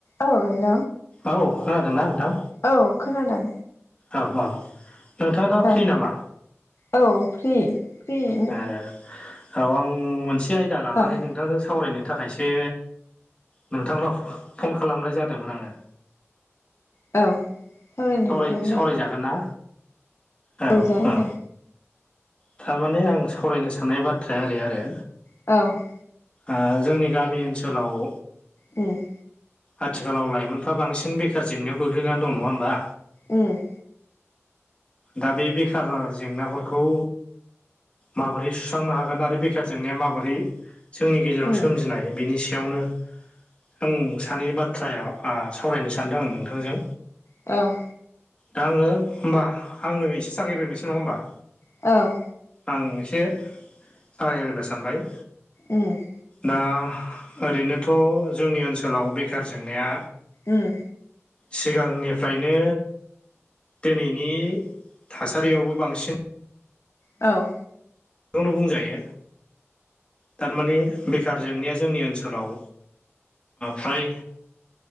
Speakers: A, on the left; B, on the left.
A: औ हेल'
B: औ खोनादों ना नोंथां
A: औ खोनादों
B: औ औ नोंथाङा दा फ्रि
A: औ
B: नामा
A: औ फ्रि फ्रियैनो
B: ओ औ आं मोनसे आयदा लानानै
A: दं
B: नों थांजों सावरायनो थाखायसो नोंथांनाव फन खालामनाय जादोंमोन आङो
A: औ सावरायनो
B: सावराय
A: हागोन
B: सावरायजागोन
A: दे
B: ना औ
A: जागोन
B: औ
A: दे
B: थारमाने आं सावरायनो साननाय बाथ्राया ओरै आरो
A: औ
B: आ जोंनि गामि ओनसोलाव
A: उम
B: आथिखालाव लाइमोनफ्रा बांसिन बेखार जेंनायाव गोग्लैनानै दं नङा होमबा
A: उम
B: दा बे बेखार जेंनाफोरखौ माबोरै सुस्रांनो हागोन आरो बेखार जेंनाया माबोरै जोंनि गेजेराव
A: उम
B: सोमजिनाय बेनि सायावनो ओं सानैनि बाथ्राया सावरायनो सानदों आं नोंथांजों
A: औ
B: दा आङो होमबा आंनो एसे जागायग्रोनोसै नङा होनबा
A: औ
B: आं एसे जागायग्रोनो सानबाय
A: उम
B: दा ओरैनोथ' जोंनि ओनसोलाव बेखार जेंनाया
A: उम
B: सिगांनिफ्रायनो दिनैनि थासारियावबो बांसिन
A: औ
B: खौनो बुंजायो थार माने बेखार जेंनाया जोंनि ओनसोलाव फ्राय